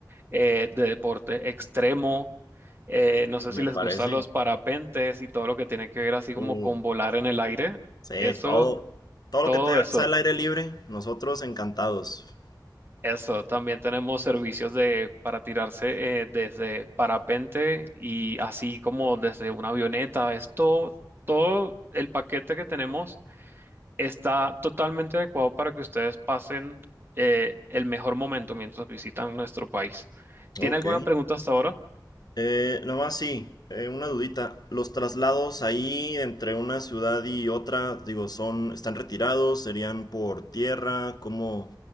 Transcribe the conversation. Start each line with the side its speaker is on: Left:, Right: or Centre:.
Right: eh, de deporte extremo. Eh, no sé
Left: Me
Right: si les
Left: parece.
Right: gustan los parapentes y todo lo que tiene que ver así como
Left: Uh,
Right: con volar en el aire.
Left: sí,
Right: Eso,
Left: todo, todo
Right: todo
Left: lo que te-
Right: eso.
Left: sea al aire libre, nosotros encantados.
Right: Eso, también tenemos servicios de, para tirarse eh, desde parapente y así como desde una avioneta. Esto, todo el paquete que tenemos está totalmente adecuado para que ustedes pasen eh, el mejor momento mientras visitan nuestro país. ¿Tiene
Left: Ok.
Right: alguna pregunta hasta ahora?
Left: Eh, nomás sí, eh, una dudita. ¿Los traslados ahí entre una ciudad y otra, digo, son, están retirados, serían por tierra? ¿Cómo,